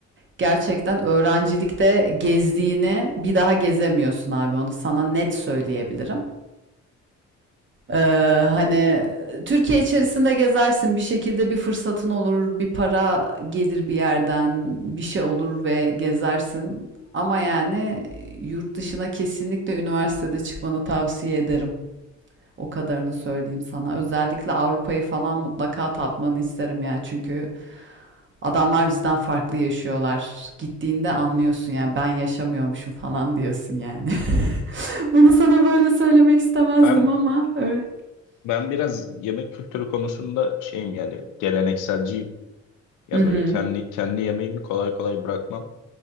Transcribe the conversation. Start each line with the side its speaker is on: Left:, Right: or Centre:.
Right: gerçekten öğrencilikte gezdiğini bir daha gezemiyorsun abi. Onu sana net söyleyebilirim. Ee, hani Türkiye içerisinde gezersin bir şekilde bir fırsatın olur bir para gelir bir yerden bir şey olur ve gezersin ama yani yurt dışına kesinlikle üniversitede çıkmanı tavsiye ederim o kadarını söyleyeyim sana özellikle Avrupa'yı falan mutlaka tatmanı isterim ya çünkü adamlar bizden farklı yaşıyorlar gittiğinde anlıyorsun ya ben yaşamıyormuşum falan diyorsun yani <laughs> bunu sana böyle söylemek istemezdim
Left: Ben
Right: ama evet.
Left: ben biraz yemek kültürü konusunda şeyim yani gelenekselciyim. Ya
Right: Hı hı.
Left: böyle kendi kendi yemeğimi kolay kolay bırakmam